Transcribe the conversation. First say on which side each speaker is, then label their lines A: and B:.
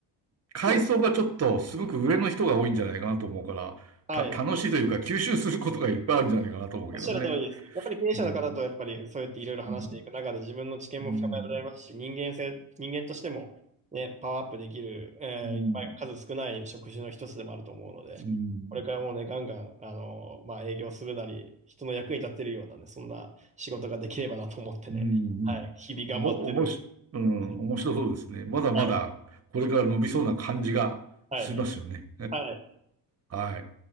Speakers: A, on the right; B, on the right.
A: 階層がちょっとすごく上の人が多いんじゃないかなと思うから、
B: そうですはい。
A: た、楽しいというか吸収することがいっぱいあるんじゃないかなと思うけどね。
B: おっしゃる通りです。やっぱり経営者の方とやっぱりそうやっていろいろ話していく中で自分の知見も深められますし、
A: うん、うん、うん、
B: 人間性、人間としてもね、パワーアップできる、えー、
A: うん、
B: やっぱり数少ない職種の一つでもあると思うので、
A: うん、
B: これからもうね、ガンガン、あのまあ、営業するなり、人の役に立てるようなね、そんな仕事ができればなと思ってね、
A: うん、
B: はい、日々頑張ってる。
A: も、おもし、うん、
B: は
A: 面白そうですね。まだまだこれから伸びそうな感じがしますよね。
B: い、はい、はい。
A: はい。